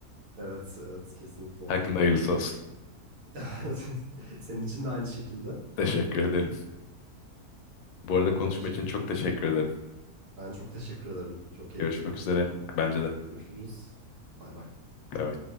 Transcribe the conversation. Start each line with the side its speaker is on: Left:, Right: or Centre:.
Right: evet evet kesinlikle.
Left: <laughs> Hakkında hayırlısı olsun.
Right: <laughs> Senin için de aynı şekilde.
Left: Teşekkür ederim. Bu arada konuşma
Right: Ee, o şekilde.
Left: için çok teşekkür
Right: yani.
Left: ederim.
Right: Ben çok teşekkür ederim. Çok keyifliydi.
Left: Görüşmek üzere. Bence de.
Right: Görüşürüz. Bay bay.
Left: Bay bay.